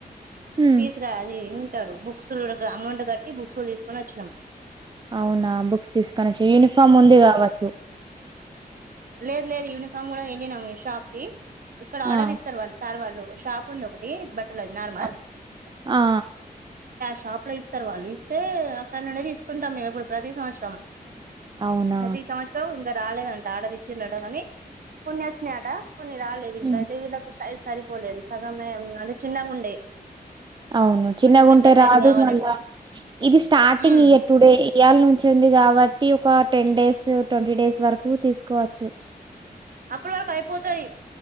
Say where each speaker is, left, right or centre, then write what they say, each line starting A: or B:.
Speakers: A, on the right; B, on the right.
A: హ్మ్
B: పిజ్ గా అది హ్మ్ రు బుక్సులు అమౌంట్ కట్టి బుక్స్లు తీసుకొని వచ్చినాము
A: అవునా బుక్స్ తీసుకొని వచ్చ యూనిఫామ్ ఉంది కావచ్చు.
B: లేదు లేదు యూనిఫామ్ కూడా వెళ్ళినం మీ షాప్ కి ఇక్కడ ఆర్డర్
A: ఆ
B: ఇస్తారు వాళ్ళు సార్ వాళ్ళు షాప్ ఉంది ఒకటి బట్టల అది నార్మల్
A: ఆ ఆ!
B: షాప్ లో ఇస్తారు వాళ్ళు ఇస్తే అక్కడ నుండే తీసుకుంటాం మేము ఇప్పుడు ప్రతి సంవత్సరం
A: అవునా
B: అయితే ఈ సంవత్సరం ఇంకా రాలేదంట ఆడరిచ్చిడటగాని కొన్నే వచ్చినాయట కొన్ని రాలేదు
A: హ్మ్.
B: ఇంకయితే వీళ్ళకి సైజ్ సరిపోలేదు సగమే ఉందని చిన్నగా ఉండే
A: అవును చిన్నగా
B: కొంచెం పెద్ద
A: ఉంటే
B: సైజు
A: రాదు
B: కావాలంట
A: మళ్ళా ఇది స్టార్టింగ్
B: మ్మ్
A: ఇయర్ టుడే ఈయాల నుంచి ఉంది కాబట్టి ఒక టెన్ డేస్ ట్వంటీ డేస్ వరకు తీసుకోవచ్చు.
B: అప్పడవరకు అయిపోతాయి